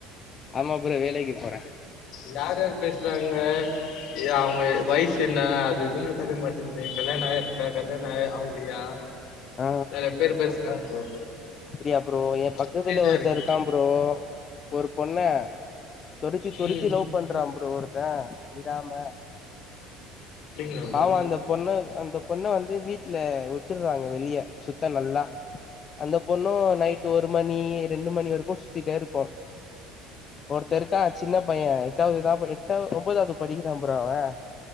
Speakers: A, on the left; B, on the left.
A: ஆமா ப்ரோ வேலைக்கு போறே
B: யார் யார் பேசுறாங்க அவுங்க வயசு என்ன எதுவுமே தெரிய மாட்டேங்குது கல்யாண ஆயிருக்கா கல்யாண அ ஆவுலயா
A: ஆ
B: நெறைய பேரு பேசுனாங்க ப்ரோ
A: அப்டியா ப்ரோ என் பக்கத்துலயே
B: கன்ஃப்யூஸா
A: ஒருத்தே
B: இருக்கு
A: இருக்கா ப்ரோ ஒரு பொண்ண தொரத்தி
B: ம்
A: தொரத்தி லவ் பண்றா ப்ரோ ஒருத்த விடாம
B: அப்டிங்களா ப்ரோ
A: பாவோ அந்த பொண்ணு அந்த பொண்ண வந்து வீட்ல விட்டுறாங்க வெளிய சுத் த்த நல்லா அந்த பொண்ணு நைட் ஒரு மணி ரெண்டு மணி வரைக்கு சுத்திட்டே இருக்கு ஒருத்தே இருக்கா சின்ன பைய எட்டாது தா படி எட்டா ஒன்ப ஒன்பதாவது படிக்கிறா ப்ரோ அவன்